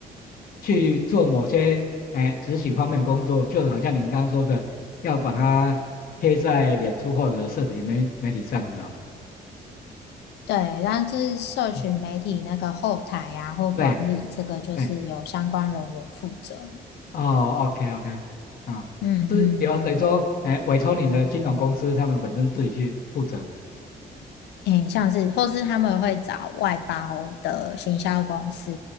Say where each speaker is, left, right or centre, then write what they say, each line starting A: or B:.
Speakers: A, on the left; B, on the left.
A: 去做某些哎执行方面的工作，就好像您刚刚说的，要把它贴在脸书或者社群媒媒体上是哦。
B: 对，但是社群媒体那个后台啊或管理，
A: 嗯对
B: 这个就是由相关人员负责。
A: 对，哦，OK OK，啊，
B: 嗯嗯
A: 是有等于说，哎，委托你的金融公司，他们本身自己去负责。
B: 嗯，诶，像是或是他们会找外包的行销公司，